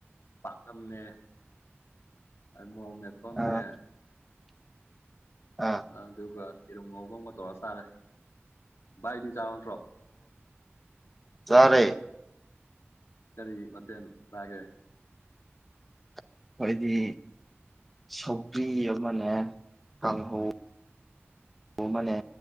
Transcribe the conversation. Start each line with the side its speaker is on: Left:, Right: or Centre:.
Left: ꯄꯥꯝꯅꯝꯅꯦ ꯑꯥ ꯃꯣꯡꯔꯣꯛ ꯃꯦꯠꯄꯅꯦ
Centre: ꯑꯥ ꯑꯥ
Left: ꯑ ꯑꯗꯨꯒ ꯌꯦꯔꯣꯝ ꯉꯧꯕꯥ ꯃꯒ ꯇꯧꯔ ꯆꯔꯦ ꯕꯏꯗꯤ ꯆꯔꯥꯕ ꯅꯠꯇꯔꯣ
Centre: ꯆꯔꯦ
Left: ꯀꯔꯤ ꯃꯇꯊꯦꯟ ꯔꯒꯦ
Centre: ꯑꯩꯈꯣꯏꯗꯤ ꯁꯧꯀ꯭ꯔꯤ ꯑꯃꯅꯦ ꯀꯥꯡꯍꯧ ꯑꯃꯅꯦ